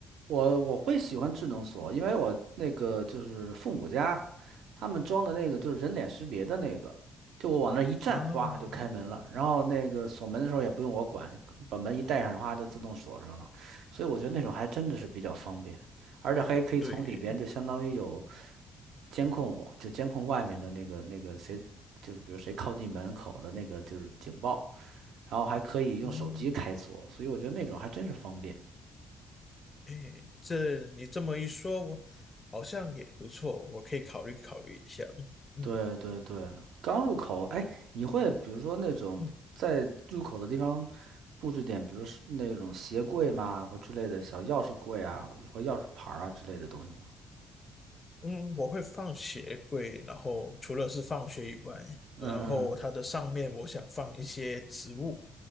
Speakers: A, on the right; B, on the left.
A: 我我会喜欢智能锁，因为我那个就是父母家，他们装的那个就是人脸识别的那个，就我往那一站，
B: 啊，
A: 哗就开门了。然后那个锁门的时候也不用我管，把门一带上，哗就自动锁上了。所以我觉得那种还真的是比较方便，而且还可以从里边就相当于有
B: 对，
A: 监控我，就监控外面的那个那个谁，就是比如谁靠近门口的那个就是警报，然后还可以用手机开锁，
B: 嗯。
A: 所以我觉得那种还真是方便。
B: 哎，这你这么一说，我好像也不错，我可以考虑考虑一下。嗯
A: 对对对，刚入口，哎，你会比如说那种在入口的地方
B: 嗯
A: 布置点，比如说是那种鞋柜嘛，或之类的小钥匙柜啊，或钥匙牌儿啊之类的东西吗？
B: 嗯，我会放鞋柜，然后除了是放学以外，
A: 嗯嗯
B: 然后它的上面我想放一些植物，